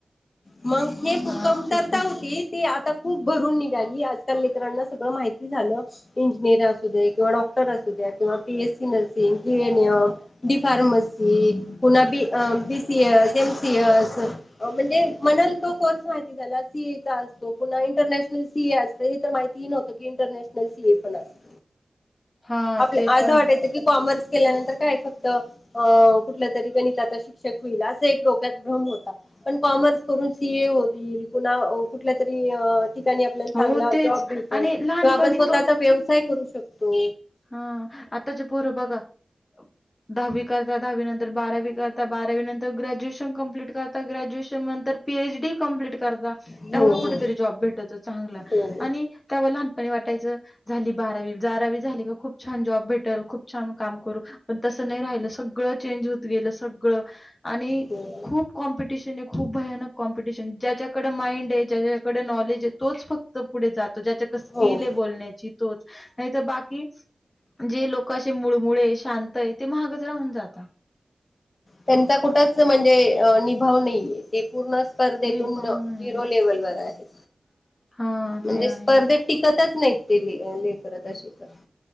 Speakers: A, on the left (about 45°); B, on the left (about 30°).
A: मंग हे फु
B: हां,
A: कमतरता
B: ते तर
A: होती ती आत खूप भरून निघाली आजकाल लेकरांना सगळं माहिती झालं इंजिनियर असू दे किंवा डॉक्टर असू द्या या किंवा P S C nursing हे अन् य डी फार्मसी पुन्हा बी अ B C S, M C S अ म्हणजे म्हणाल तो कोर्स माहिती झाला सी ए चा असतो, इंरनॅशनल सी ए असत हे तर माहितीही नवतं की इंटरनॅशनल सी ए पण असतं.
B: हां,
A: आपल्या
B: ते
A: आसं
B: पण
A: वाटायचं
B: आहे.
A: की कॉमर्स केल्यानंतर काय फक्त अ कुठल्यातरी गणिताचा शिक्षक होईल आस ते एक डोक्यात भ्रम होता पण कॉमर्स करून सी ए होईल पुन्हा अ कुठल्यातरी अ ठिकाणी आपल्याला
B: हो,
A: चांगला
B: तेच
A: जॉब भेटल
B: आणि लहानपणी
A: किंवा आपण स्वतःचा व्यवसाय करू शकतो.
B: हा आताचे पोरं बघा अब दहावी करता दहावी नंतर बारावी करता बारावी नंतर ग्रॅज्युएशन कंप्लीट करता ग्रॅज्युएशन मंतर पी एच डी कंप्लीट करता
A: हो
B: त्यामुळं
A: हो
B: कुठतरी जॉब भेटतो चांगला
A: हो
B: आणि त्यामुळे लहानपनी वाट टायचं झाली बारावी जारावी झा खूप छान जॉब भेटल खूप छान काम करू पण तसं नाही राहिलं सग गळं चेंज होत गेलं सगळ आणि
A: हम्म
B: खूप कॉम्पिटिशन हे खूप भयानक कॉम्पिटिशन ज्याच्याकड माइंड हे ज्याच्या कड नॉलेज हे तोच फक्त पुढे जातो ज्याच्याक स्किल
A: हो.
B: हे बोलण्याची तच नाही तरर बाकी जे लोके मुळमुळे शांत आहे ते महागच राहून जातात.
A: त्यांचा कुठच म्हणजे निभाव नाहीये ते पूर्ण स्पर्धेतून
B: निभाव नाही.
A: झिरो लेव्हल वर आहेत.
B: हां,
A: म्हणजे
B: ते आहे.
A: स्पर्धेत टिकतच नाहीत. ते ले लेकरं तशीच असता.